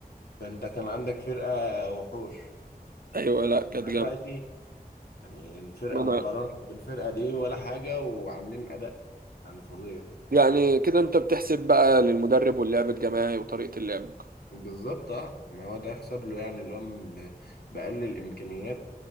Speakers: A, on the left; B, on the right.
A: انت كان عندك فرقة وحوش
B: ايوه لا كانت
A: أما دلوقتي يعني الفرقة
B: جامده
A: مقارنة بالفرقة دي ولا حاجة وعاملين أداء يعني فظيع
B: يعني كده انت بتحسب بقى للمدرب واللعب الجماعي وطريقة اللعب
A: بالظبط اه ما هو ده يحسب له يعني اللي هو م- بأقل الامكانيات